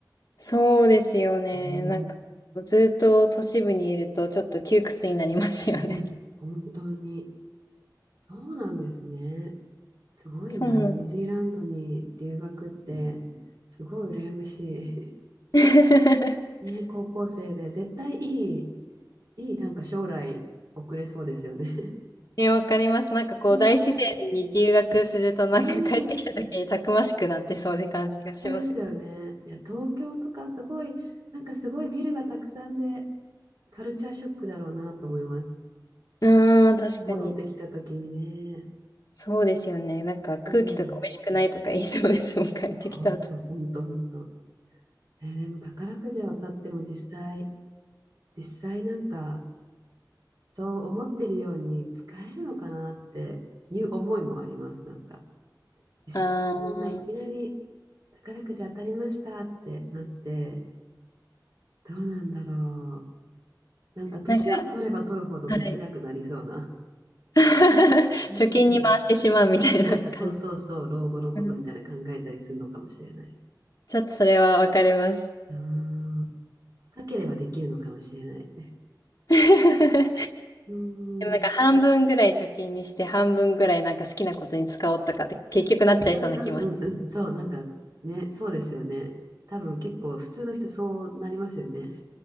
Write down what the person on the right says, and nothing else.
うん、
うん、本当に。そうなんですね。すごいな、
ニュージーランドに留学って、すごい羨まし
い。<laughs> ね、高校生で、絶対いい、いい、なんか将来送れそうですよね。
うん、
うん、本当ですよね。いや、東京とかすごい、なんかすごいビルがたくさんで、カルチャーショックだろうなと思います。
戻ってきた時にね。
うん。
ほんと、ほんと、ほんと。えーでも宝くじを当たっても実際、実際なんか、そう思ってるように使えるのかなっていう思いもあります。なんか、実際、
そんないきなり宝くじ当たりましたってなって、
どうなんだろう。なんか、年を取れば取るほどできなくなりそうな。
うん。
なんか、そうそうそう、老後のことみたいな考えたりするのかもしれない。
うん。若ければできるのかもしれない。
うん
うんうんうんうん。そう、なんかね、そうですよね。多分結構普通の人そうなりますよね。